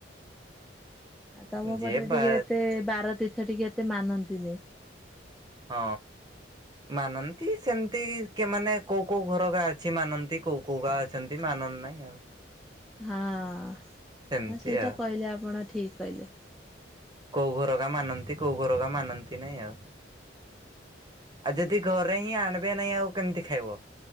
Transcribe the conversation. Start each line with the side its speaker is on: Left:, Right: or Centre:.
Centre: ଆ ତମ ପଟରେ
Right: ଯେ ବା
Centre: ଟିକେ ଏତେ ବାର ତୀର୍ଥ ଟିକେ ଏତେ ମାନନ୍ତିନି।
Right: ହଁ। ମାନନ୍ତି ସେମିତି କି ମାନେ କୋଉ କୋଉ ଘରକା ଅଛି ମାନନ୍ତି କୋଉ କୌହା ଅଛନ୍ତି ମାନନ୍ଦ ନାଇଁ ଆଉ।
Centre: ହଁ ହଁ
Right: ସେମିତି
Centre: ସେଇଟା
Right: ଆଉ।
Centre: କହିଲେ ଆପଣ ଠିକ୍ କହିଲେ।
Right: କୋଉ ଘରରା ମାନନ୍ତି କୋଉ ଘରରା ମାନନ୍ତି ନାଇଁ ଆଉ। ଆଉ ଯଦି ଘରେ ହିଁ ଆଣିବେ ନାଇଁ ଆଉ କେମିତି ଖାଇବ?